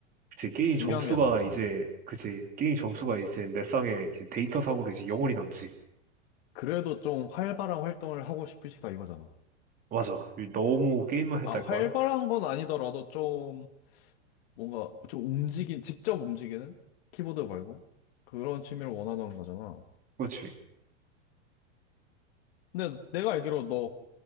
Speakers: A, on the right; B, on the left.
A: 그치. 게임
B: 중요한
A: 점수가
B: 게 남잖아.
A: 이제, 그치. 게임 점수가 이제 내 쌍에 이제 데이터 사고로 이제 영원히 남지.
B: 그래도 좀 활발한 활동을 하고 싶으시다 이거잖아.
A: 맞아. 너무 게임만 했달까?
B: 아, 활발한 건 아니더라도 좀 뭔가 좀 움직인, 직접 움직이는? 키보드 말고? 그런 취미를 원하는 거잖아.
A: 그렇지.
B: 근데 내가 알기로 너